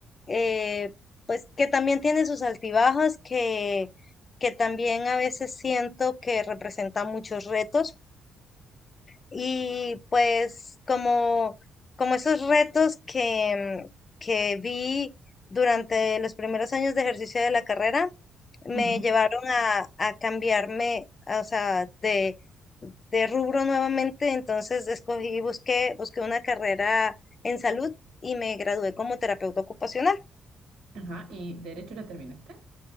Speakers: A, on the left (about 35°); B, on the right (about 90°).
A: eh, pues que también tiene sus altibajos, que, que también a veces siento que representa muchos retos y pues como, como esos retos que, que vi durante los primeros años de ejercicio de la carrera, me
B: Ujú.
A: llevaron a, a cambiarme, o sea, de, de rubro nuevamente, entonces escogí, busqué, busqué una carrera en salud y me gradué como terapeuta ocupacional.
B: Ajá, ¿y derecho la terminaste?